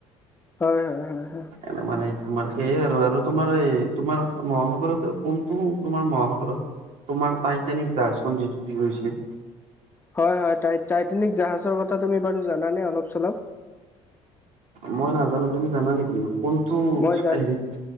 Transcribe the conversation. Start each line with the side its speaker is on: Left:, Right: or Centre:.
Left: হয় হয় হয় হয়।
Right: এনে মানে তোমাৰ সেইয়াই আৰু তোমাৰ এই তোমাৰ মহাসাগৰত কোনটো তোমাৰ মহাসাগৰত- তোমাৰ টাইটেনিক জাহাজখন যি ডুবি গৈছিল।
Left: হয় হয়, টাইটেনিক জাহাজৰ কথা তুমি বাৰু জানা নে অলপ চলপ?
Right: মই নাজানো, তুমি জানা নেকি কোনটো
Left: মই জান
Right: হেৰিত